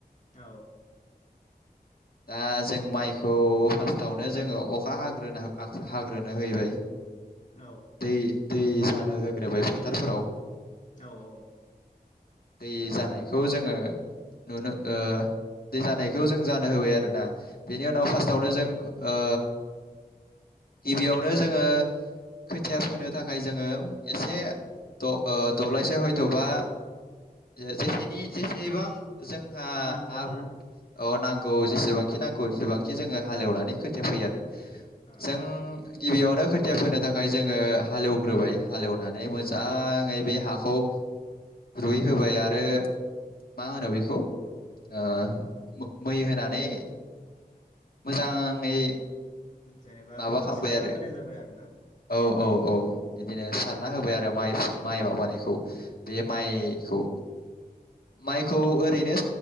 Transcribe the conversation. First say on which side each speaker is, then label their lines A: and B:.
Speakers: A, on the left; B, on the left.
A: औ
B: दा जों माइखौ फार्स्टावनो जोङो अखा हाग होग्रोना हा हाग्रोनो होयोलै
A: औ
B: दै दै हानो होग्रोबाय फोथारफोराव
A: औ औ
B: दै जानायखौ जोङो नुनो ओ दै जानायखौ जों जानो होबाय आरोना बेनि उनाव
A: ओ
B: फार्स्टआवनो जों ओ गिबियावनो जोङो खोथिया फोनो थाखाय जोङो एसे द ओ दब्लायसे हयथ'बा जे जेसेनि जेसेबां जोंहा
A: नांगौहा
B: हा हु अ नांगौ जेसेबांखि नांगौ एसेबांखि जोङो हालौनानै खोथिया फैयो आरो
A: औ
B: जों गिबियावनो खोथिया फोनो थाखाय जोङो हालेवग्रोबाय हालेवनानै मोजाङै बे हाखौ रुइ होबाय आरो मा होनो बेखौ ओ
A: औ
B: मै होनानै मोजाङै
A: जेनेबा
B: माबा
A: जोङो
B: खालामबाय
A: सारना
B: आरो
A: होनाय जाबाय आरो ना
B: औ औ औ बिदिनो सारना होबाय आर दा माइ फु माइ माबानायखौ बे
A: औ
B: माइखौ माइखौ ओरैनो